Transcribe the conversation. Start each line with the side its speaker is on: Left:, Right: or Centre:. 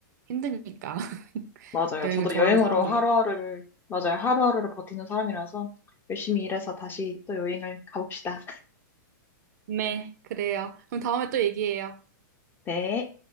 Right: 힘드니까.
Left: 맞아요.
Right: 여행을
Left: 저도
Right: 좋아하는
Left: 여행으로
Right: 사람들로.
Left: 하루하루를, 맞아요. 하루하루를 버티는 사람이라서 열심히 일해서 다시 또 여행을 가봅시다.
Right: 네, 그래요. 그럼 다음에 또 얘기해요.
Left: 네.